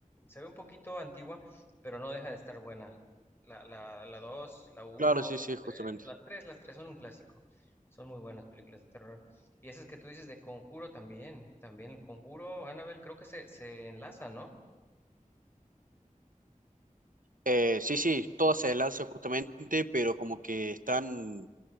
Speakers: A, on the left (about 15°); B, on the right (about 85°).
A: se ve un poquito antigua, pero no deja de estar buena. La, la, la 2 la uno
B: Claro, sí, sí,
A: la
B: justamente.
A: 3, las tres las tres son un clásico. Son muy buenas películas de terror. Y esas que tú dices de Conjuro también, también el Conjuro, Annabelle, creo que se, se enlaza, ¿no?
B: Eh, sí, sí, todas se enlazan justamente, pero como que están